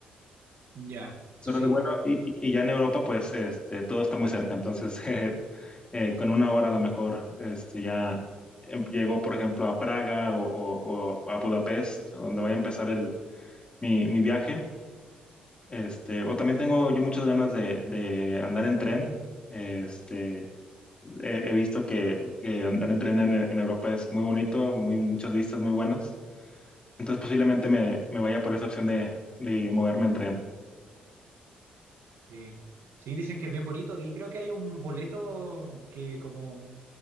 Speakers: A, on the right; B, on the left.
A: Ya,
B: 11
A: sí.
B: horas de vuelo y, y- y ya en Europa pues este, todo está muy cerca, entonces <laughs> eh, eh, con una hora a lo mejor este, ya em- llego por ejemplo a Praga o, o- o a Budapest, a donde voy a empezar el, mi, mi viaje. Este, o también tengo yo muchas ganas de, de andar en tren. Este, He, he visto que, que andar en tren en, en Europa es muy bonito, muy, muchas vistas muy buenas. Entonces posiblemente me, me vaya por esa opción de, de moverme en tren.
A: Sí, sí, dicen que es bien bonito y creo que hay un boleto que como